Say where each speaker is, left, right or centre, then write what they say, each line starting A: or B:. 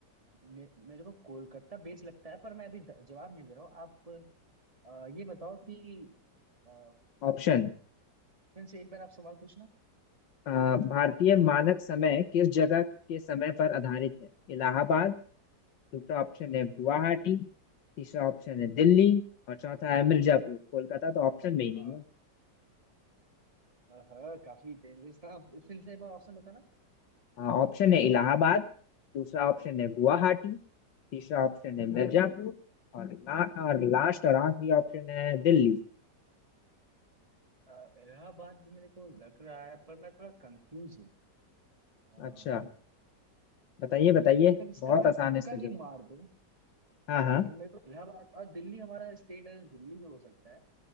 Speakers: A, on the right (about 20°); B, on the left (about 90°).
A: मे, मेरे को कोलकाता बेस लगता है पर मैं अभी द- जवाब नहीं दे रहा हूँ आप अ, ये बताओ कि अ,
B: ऑप्शन
A: फिर से एक बार आप सवाल पूछना
B: अ, भारतीय मानक समय किस जगह के समय पर आधारित है इलाहाबाद दूसरा ऑप्शन है गुवाहाटी तीसरा ऑप्शन है दिल्ली और चौथा है मिर्जापुर कोलकाता तो ऑप्शन में ही नहीं
A: हाँ
B: है
A: हाँ काफी डेंजरस था अब फिर से एक बार ऑप्शन बताना
B: हाँ, ऑप्शन है इलाहाबाद दूसरा ऑप्शन है गुवाहाटी तीसरा ऑप्शन है मिर्जापुर और ला, और लास्ट और आखिरी ऑप्शन है दिल्ली
A: अ, इलाहाबाद भी मेरे को लग रहा है पर मैं थोड़ा कंफ्यूज हूँ अम,
B: अच्छा बताइए बताइए
A: अगर इसका
B: बहुत
A: मैं
B: आसान
A: तुक्का
B: है इसका जवाब
A: ही मार दूं
B: हाँ हाँ
A: अगर मेरे को इलाहाबाद और दिल्ली हमारा स्टेट है दिल्ली में हो सकता है